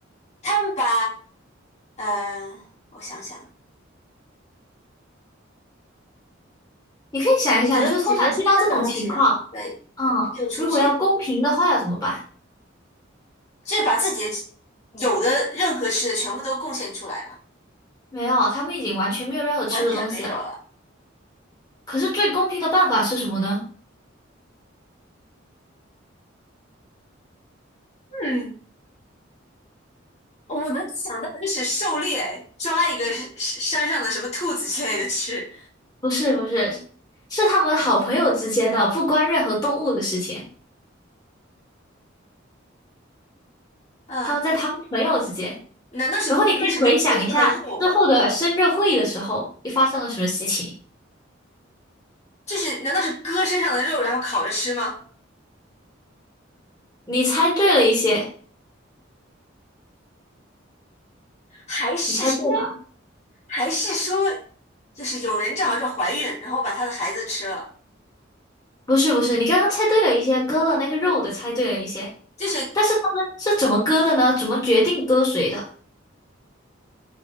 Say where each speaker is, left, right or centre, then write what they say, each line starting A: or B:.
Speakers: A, on the left; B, on the left.
A: 他们把呃，我想想，
B: 你可以想一想，
A: 解决解决吃的东西，
B: 就是通常遇到这种情况。
A: 然后再
B: 嗯，
A: Q 出去。
B: 如果要公平的话要怎么办？
A: 就是把自己的有的任何吃的全部都贡献出来嘛，
B: 没有，他们已经完全没有任何吃的东西了。
A: 完全没有了。
B: 可是最公平的办法是什么呢？
A: 嗯，我能想到的就是狩猎，抓一个山山上的什么兔子之类的吃
B: 不是不是，是他们好朋友之间的，不关任何动物的事情。
A: 啊？
B: 他们在他们朋友之间，
A: 难道是割什么腿上的肉？
B: 然后你可以回想一下之后的生日会的时候，又发生了什么事情？
A: 就是难道是割身上的肉然后烤着吃吗？
B: 你猜对了一些，
A: 还是说
B: 你猜对了，
A: 还是说，就是有人正好是怀孕，然后把她的孩子吃了？
B: 不是不是，你刚刚猜对了一些，割了那个肉的猜对了一些，
A: 就是嗯，
B: 但是他们是怎么割的呢？怎么决定割谁的？